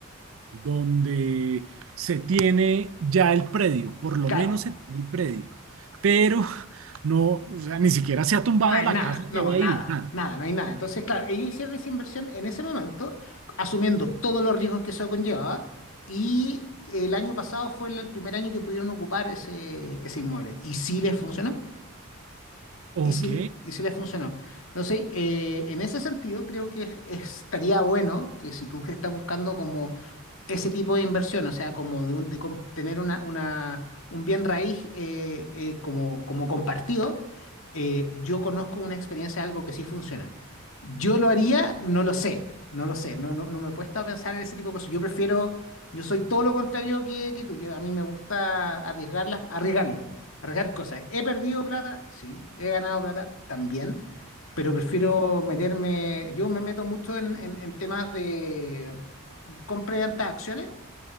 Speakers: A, on the right; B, on the left.
A: donde se tiene ya el predio, por lo
B: Claro,
A: menos se tiene el predio, pero no, o sea, ni siquiera se ha tumbado
B: no hay
A: la
B: nada,
A: casa
B: no,
A: que hay
B: nada,
A: ahí, nada.
B: nada, no hay nada. Entonces, claro, ellos hicieron esa inversión en ese momento, asumiendo todos los riesgos que eso conllevaba, y el año pasado fue el el primer año que pudieron ocupar ese, ese inmueble. Y sí les funcionó,
A: Ok.
B: y sí, le- y sí les funcionó. Entonces, eh, en ese sentido, creo que es- estaría bueno que si tú que estás buscando como ese tipo de inversión, o sea, como de, un- de com- tener una, una- un bien raíz eh, eh, como, como compartido, eh, yo conozco una experiencia, algo que sí funciona. Yo lo haría, no lo sé, no lo sé, no, no, no me he puesto a pensar en ese tipo de cosas. Yo prefiero, yo soy todo lo contrario que, que tú, yo, a mí me gusta arriesgarlas, arriesgarlo, arriesgar cosas. He perdido plata, sí, he ganado plata también pero prefiero meterme, yo me meto mucho en, en- en temas de, compré hartas acciones